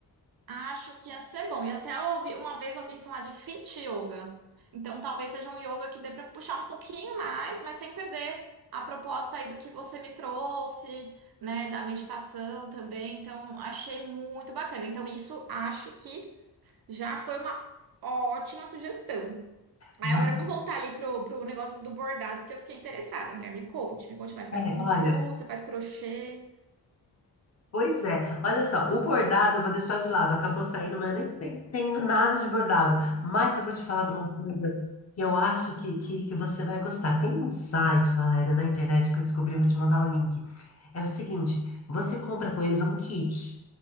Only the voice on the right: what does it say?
acho que ia ser bom. E até eu ouvi uma vez alguém falar de fit yoga. Então talvez seja um yoga que dê pra puxar um pouquinho mais, mas sem perder a proposta aí do que você me trouxe, né, da meditação também. Então achei muito bacana. Então isso acho que já foi uma ótima sugestão. Aí
agora vamos voltar ali pro, pro negócio do bordado, porque eu fiquei interessada. Mulher, me conte, me conte mais. Você
faz ponto
cru, você faz crochê.